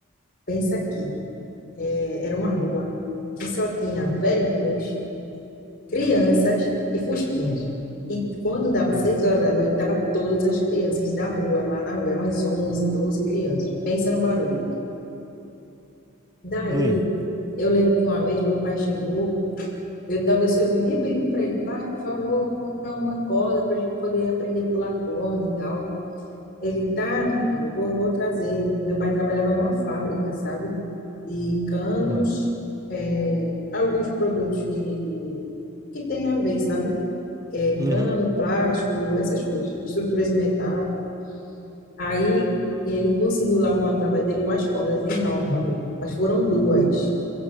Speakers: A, on the left; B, on the right.
A: pensa aqui, é, era uma rua que só tinha velhinhos crianças e fusquinhas. E quando dava
B: Hum.
A: seis horas da noite, tava todas as crianças da rua, lá na rua, eram umas 11 12 crianças. Pensa no barulho. Daí,
B: Hum.
A: eu lembro que uma vez meu pai chegou, eu talvez eu vivia pedindo para ele, pai, por favor, compra uma corda para a gente poder aprender a pular corda e tal. Ele, tá, minha filha, eu vou, vou trazer. Meu pai trabalhava numa fábrica, sabe? De canos,
B: Hum.
A: eh, alguns produtos de, de- que tem a ver, sabe? é,
B: Uhum.
A: cano, plástico, essas coisas, estruturas em metal. Aí ele conseguiu lá arrumar no trabalho dele umas cordas enormes, mas foram duas.